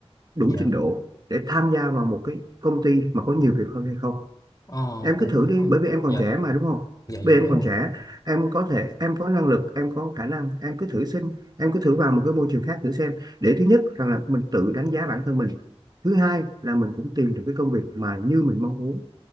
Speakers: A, on the right; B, on the left.
A: đủ
B: dạ
A: trình độ để tham gia vào một cái công ty mà có nhiều việc hơn hay không
B: ờ
A: em
B: cũng
A: cứ thử
B: đúng
A: đi
B: không
A: bởi vì em còn
B: dạ
A: trẻ mà đúng không
B: dạ
A: Bây
B: dạ đúng
A: vì em
B: rồi
A: còn trẻ em có thể em có năng lực em có khả năng em cứ thử xin em cứ thử vào một cái môi trường khác thử xem để thứ nhất rằng là mình tự đánh giá bản thân mình thứ hai là mình cũng tìm được cái công việc mà như mình mong muốn